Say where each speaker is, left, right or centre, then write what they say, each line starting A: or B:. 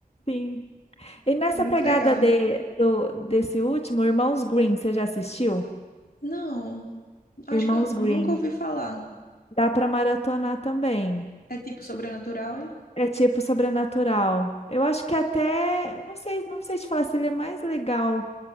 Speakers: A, on the left; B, on the left.
A: sim. E nessa
B: Muito
A: pegada
B: legal.
A: de, do, desse último, Irmãos Green, você já assistiu?
B: Não, Acho
A: Irmãos
B: que eu
A: Green.
B: nunca ouvi falar.
A: Dá para maratonar também.
B: É tipo sobrenatural, é?
A: É tipo sobrenatural. Eu acho que até, não sei, não sei te falar se ele é mais legal,